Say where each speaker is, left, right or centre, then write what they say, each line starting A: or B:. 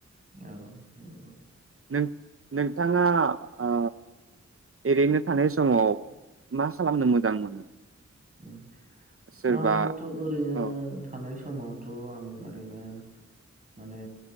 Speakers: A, on the right; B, on the right.
A: औ नंगौ
B: नों नोंथाङा ओ एओरैनो थानाय समाव मा खालामनो मोजां मोनो?
A: लांदां
B: सोरबा
A: आंथ ओरैनो
B: औ
A: थानाय सम समावथ आं ओरैनो माने